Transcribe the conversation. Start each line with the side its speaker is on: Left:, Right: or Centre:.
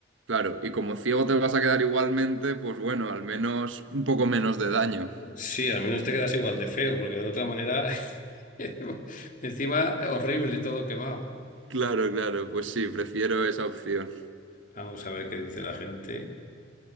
Right: Claro, y como ciego te vas a quedar igualmente, pues bueno, al menos un poco menos de daño.
Left: Sí, al menos te quedas igual de feo, porque de la otra manera, <laughs> encima, horrible, todo quemado.
Right: Claro, claro, pues sí, prefiero esa opción.
Left: Vamos a ver qué dice la gente.